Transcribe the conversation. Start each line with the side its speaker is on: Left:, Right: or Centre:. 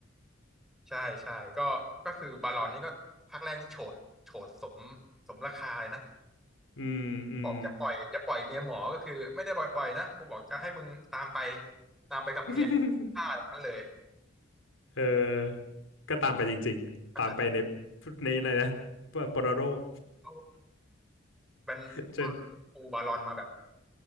Centre: ใช่ใช่ก็ก็คือบาลอนนี่ก็ภาคแรกนี่โฉดโฉดสมสมราคาเลยนะ
Left: อืมอืม
Centre: บอกจะปล่อยจะปล่อยเมียหมอก็คือไม่ได้ปล่อยปล่อยนะกูบอกจะให้มึงตามไปตามไปกับเมียฆ่ามันเลย
Left: <laughs> เออก็ตามไปจริงๆตามไปใน
Centre: ก็ตัด
Left: ในอะไรนะปปรโรค
Centre: เข้าเป็น
Left: <laughs> เชิญ
Centre: ปูบาลอนมาแบบ